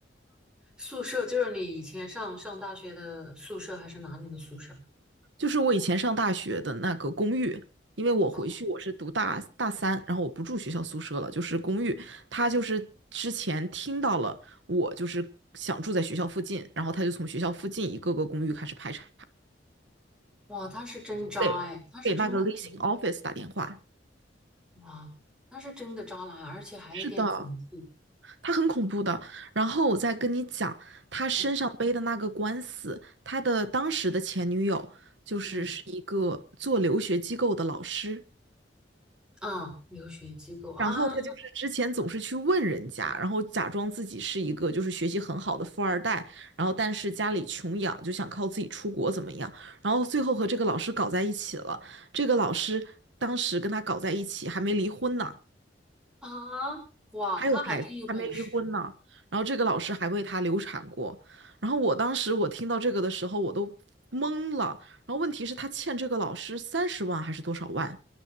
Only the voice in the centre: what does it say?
宿舍就是你以前上上大学的宿舍还是哪里的宿舍？
哦，
哇，他是真渣哎，
他是真的渣，
哇，他是真的渣男，而且还有点恐怖。
嗯
嗯啊，留学机构啊
啊，哇，
他还真有本事。